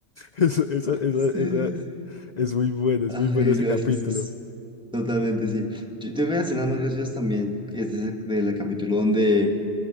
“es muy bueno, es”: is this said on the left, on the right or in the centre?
Left